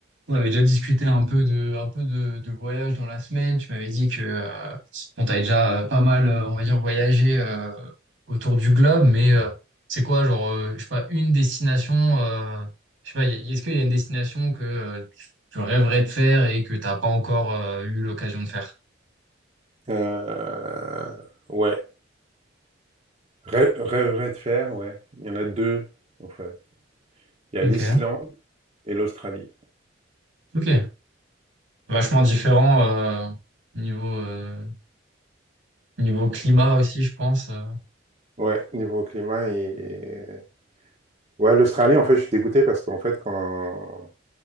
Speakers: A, on the right; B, on the right.
A: On avait déjà discuté un peu de, un peu de, de voyage dans la semaine. Tu m'avais dit que euh, bon, t'avais déjà euh, pas mal, euh, on va dire, voyagé euh, autour du globe, mais euh, c'est quoi, genre, euh, je sais pas, une destination, euh, je sais pas, y a- est-ce qu'il y a une destination que euh, tu tu rêverais de faire et que t'as pas encore euh, eu l'occasion de faire?
B: Euh, ouais. Rê- Rêverais de faire, ouais. Il y en a deux, en fait. Il y a
A: Ok,
B: l'Islande et l'Australie.
A: ok. Vachement différent euh, niveau euh, niveau climat aussi, je pense. euh.
B: Ouais, niveau climat et... Ouais, l'Australie, en fait, je suis dégoûté parce qu'en fait, quand,